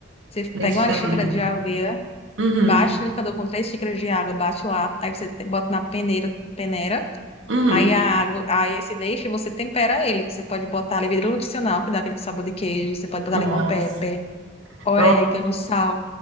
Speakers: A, on the left; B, on the right.
A: Você pega
B: leite
A: uma
B: de aveia.
A: xícara de aveia,
B: Uhum,
A: bate o liquidificador com três xícaras de água, bate lá, aí você te- bota na peneira, peneira
B: uhum.
A: Aí a água, aí esse leite você tempera ele. Você pode botar levedura nutricional, que dá aquele sabor de queijo. Você pode botar
B: Nossa,
A: limão pepper, orégano,
B: nossa,
A: sal,